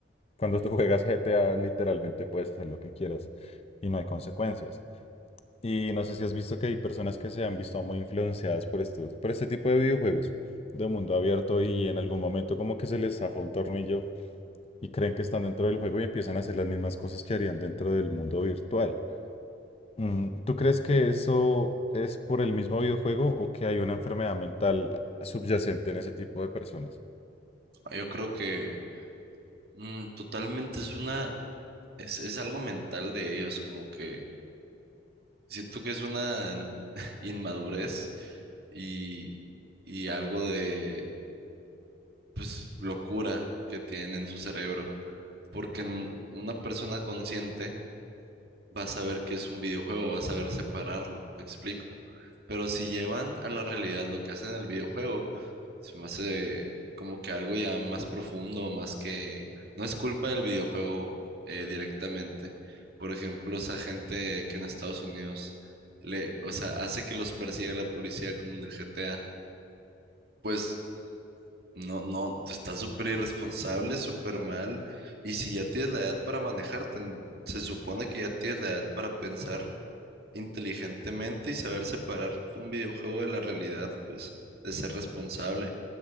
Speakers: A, on the left; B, on the right.
A: cuando tú <laughs> juegas GTA literalmente puedes hacer lo que quieras y no hay consecuencias. Y no sé si has visto que hay personas que se han visto muy influenciadas por estos, por este tipo de videojuegos de mundo abierto y en algún momento como que se les zafa un tornillo y creen que están dentro del juego y empiezan a hacer las mismas cosas que harían dentro del mundo virtual. Mm, ¿Tú crees que eso es por el mismo videojuego o que hay una enfermedad mental subyacente en ese tipo de personas?
B: Ah, Yo creo que mm, totalmente es una, es, es algo mental de ellos, como que siento que es una <laughs> inmadurez y, y algo de, pues, locura que tienen en su cerebro, porque n- una persona consciente vas a ver que es un videojuego, vas a ver separarlo, me explico. Pero si llevan a la realidad lo que hacen en el videojuego, se me hace como que algo ya más profundo, más que no es culpa del videojuego eh, directamente. Por ejemplo, esa gente que en Estados Unidos le, o sea, hace que los persiga la policía como en el GTA, pues no, no, está súper irresponsable, súper mal. Y si ya tienes la edad para manejar, ten- se supone que ya tienes la edad para pensar inteligentemente y saber separar un videojuego de la realidad, pues, de ser responsable.